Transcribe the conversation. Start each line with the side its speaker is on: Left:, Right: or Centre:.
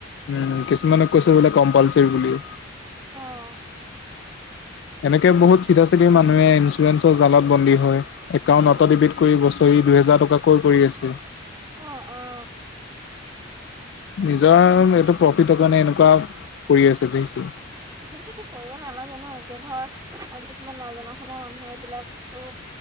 Left: উম কিছুমানে কৈছিল বোলে কম্পালচৰি বুলি।
Right: অ',
Left: এনেকে বহুত চিধা চিধি মানুহে ইঞ্চুৰেঞ্চৰ জালত বন্দী হয়, একাউণ্টনতে
Right: সেইটোৱে
Left: ডিবট কৰি বছৰি দুহেজাৰ টকাকৈ কৰি আছে।
Right: অঁ অঁ।
Left: নিজৰ এইটো প্ৰফিটৰ কাৰণে এনেকুৱা কৰি আছে দেখিছে।
Right: সেইটোতো কৰিব নালাগে ন, এতিয়া ধৰ কিছুমান নাজানা শুনা মানুহে এইবিলাক আকৌ